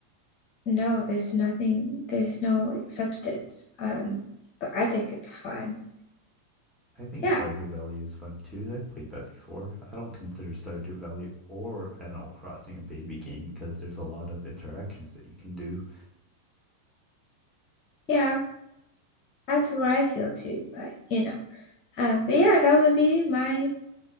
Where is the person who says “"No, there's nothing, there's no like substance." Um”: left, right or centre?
Left